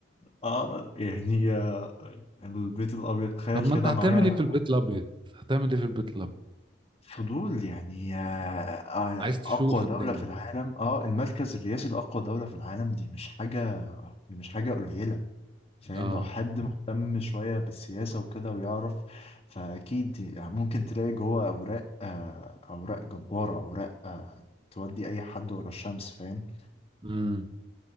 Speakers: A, on the left; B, on the right.
A: آه يعني آه، البيت الأبيض تخيل
B: طب ما
A: كده
B: انت هتعمل
A: معايا
B: ايه في البيت الابيض هتعمل ايه في البيت الابيض
A: فضول يعني آه، آه،
B: عايز تشوف
A: أقوى
B: الدنيا
A: دولة في العالم اه المركز الرئاسي لأقوى دولة في العالم دي مش حاجة دي مش حاجة قليلة فاهم
B: اه
A: لو حد مهتم شوية بالسياسة وكده ويعرف فأكيد يعني ممكن تلاقي جوه أوراق آه، أوراق جبارة أوراق آه، تودي أي حد ورا الشمس فاهم
B: امم